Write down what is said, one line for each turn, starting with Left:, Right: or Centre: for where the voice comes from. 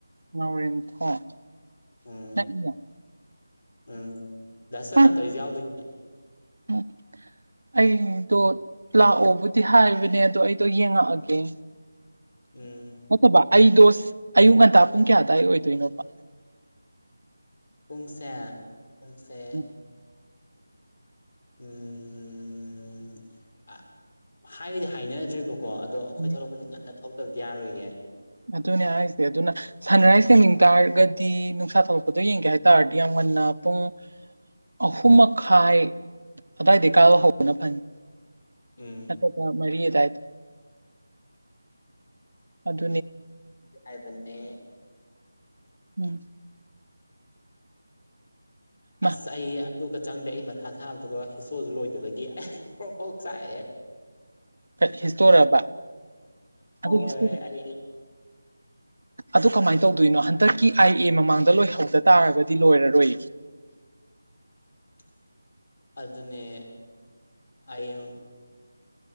Right: ꯅꯥꯎꯔꯦꯝꯊꯣꯡ
Left: ꯎꯝ
Right: ꯅꯛꯏꯅꯦ
Left: ꯎꯝ ꯗꯥ ꯁꯨꯖꯀꯥꯟꯇ
Right: ꯍꯥ,
Left: ꯍꯣꯏꯁꯨ ꯌꯥꯎꯗꯨꯏꯅꯦ
Right: ꯎꯝ ꯑꯩꯗꯣ ꯂꯥꯛꯑꯣꯕꯨꯗꯤ ꯍꯥꯏꯕꯅꯦ ꯑꯗꯣ ꯑꯩꯗꯣ ꯌꯦꯡꯉꯛꯑꯒꯦ
Left: ꯎꯝ
Right: ꯅꯠꯇꯕ ꯑꯩꯗꯣ ꯁꯤ ꯑꯌꯨꯛ ꯉꯟꯇꯥ ꯄꯨꯡ ꯀꯌꯥꯗꯥꯏ ꯑꯣꯏꯗꯣꯏꯅꯣꯕ
Left: ꯄꯨꯡꯁꯦ ꯄꯨꯡꯁꯦ
Right: ꯎꯝ,
Left: ꯎꯝ ꯑꯥ ꯍꯥꯏ ꯍꯥꯏꯅꯗ꯭ꯔꯤꯕ ꯀꯣ ꯑꯗꯣ ꯑꯈꯣꯏ
Right: ꯎꯝ.
Left: ꯊꯣꯛꯂꯛꯄꯗꯤ ꯉꯟꯅ ꯊꯣꯛꯂꯛꯇꯕꯗꯤ ꯌꯥꯔꯣꯏꯌꯦ
Right: ꯑꯗꯨꯅꯦ ꯍꯥꯏꯁꯦ ꯑꯗꯨꯅ ꯁꯟꯔꯥꯏꯁ ꯌꯦꯡꯃꯤ ꯇꯥꯔꯒꯗꯤ ꯅꯨꯡꯁꯥ ꯊꯣꯛꯂꯛꯄꯗꯣ ꯌꯦꯡꯒꯦ ꯍꯥꯏꯇꯥꯥꯔꯗꯤ ꯌꯥꯝ ꯉꯥꯟ ꯉꯟꯅ ꯄꯨꯡ ꯑꯍꯨꯝ ꯃꯈꯥꯏ ꯑꯗꯨꯋꯥꯏꯗ ꯀꯥꯕ ꯍꯧ ꯐꯅꯤ
Left: ꯎꯝ
Right: ꯑꯗꯨꯒ ꯃꯔꯤ ꯗꯥꯏꯗ ꯑꯗꯨ
Left: ꯍꯥꯏꯕꯅꯦ
Right: ꯎꯝ ꯃꯥ
Left: ꯑꯁ ꯑꯩ ꯑꯗꯨꯒ ꯆꯪꯗꯦ ꯑꯩ ꯃꯊꯥ ꯁꯥꯕꯗꯀꯣ ꯍꯤꯁꯣꯗꯣ ꯂꯣꯏꯗꯕꯒꯤ ꯑꯩ ꯄ꯭ꯔꯣꯛ ꯄ꯭ꯔꯣꯛ ꯆꯥꯛꯑꯦ
Right: ꯀꯩ- ꯍꯤꯁꯇꯣꯔꯕ
Left: ꯍꯣꯏ
Right: ꯑꯗꯨ ꯍꯤꯁꯇꯣꯔꯤ
Left: ꯑꯩ
Right: ꯑꯗꯨ ꯀꯃꯥꯏꯅ ꯇꯧꯗꯣꯏꯅꯣ ꯍꯟꯗꯛꯀꯤ ꯑꯥꯏ ꯑꯦ ꯃꯃꯥꯡꯗ ꯂꯣꯏꯍꯧꯗ ꯇꯥꯔꯒꯗꯤ ꯂꯣꯏꯔꯔꯣꯏ
Left: <inaudible> ꯑꯗꯨꯅꯦ ꯑꯥꯌꯨꯝ